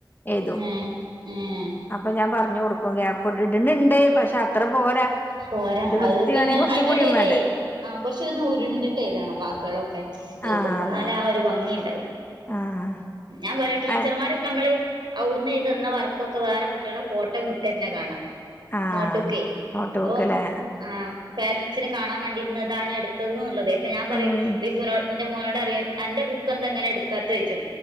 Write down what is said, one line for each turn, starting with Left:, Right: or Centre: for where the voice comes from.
Left: എഴുതും
Right: ഏഹ് ഏഹ്
Left: അപ്പൊ ഞാൻ പറഞ്ഞു കൊടുക്കും ഗ്യാപ്പ് ഇട്, ഇടണണ്ട് പക്ഷെ അത്ര പോരാ
Right: പോരാ
Left: ഒരു വൃത്തി
Right: അത് പിന്നെ
Left: വേണേ കുറച്ചും
Right: അയിന്റെ
Left: കൂടിയും
Right: ഇടലേ
Left: വേണ്ടേ
Right: ആഹ് കുറച്ചു ഉരുണ്ടിട്ട് എഴ്തണം വാക്കുകളൊക്കെ
Left: ആഹ്
Right: എഴുതുമ്പോ
Left: അതെ
Right: എന്നാലേ ആ ഒരു ഭംഗി ഉണ്ടാവു.
Left: ആഹ്
Right: ഞാൻ പറിം ടീച്ചർമാര്
Left: ആഹ്
Right: കെ, നമ്മള് അവിടുന്ന് ചെയ്തന്ന വർക്കൊക്കെ വേറെ കുട്ടികളെ ഫോട്ടോയും വിട്ട് തരണത് കാണാം.
Left: ആഹ്
Right: നോട്ടുക്കെ
Left: നോട്ട് ബുക്കല്ലേ
Right: അപ്പോം ആഹ് പേരന്റ്സിന് കാണാൻ വേണ്ടി ഇന്നതാണ് എടുത്തത് എന്നുള്ളത് അപ്പോ ഞാൻ പറയും
Left: ഉം
Right: റിഷുനോട് എന്റെ മോനോട് പറെം അന്റെ ബുക്ക് എന്താ ഇങ്ങനെ എടുക്കാത്ത ചോയ്ച്ചും